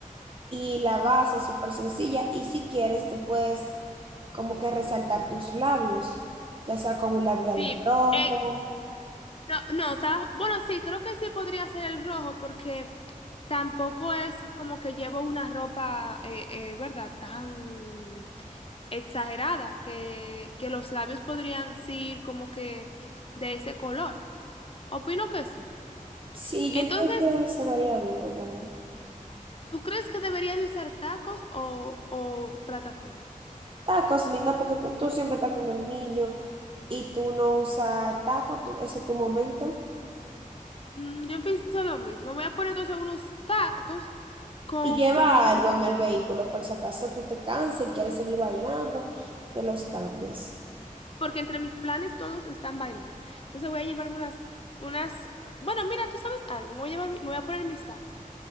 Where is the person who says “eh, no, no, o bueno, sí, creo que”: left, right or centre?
Left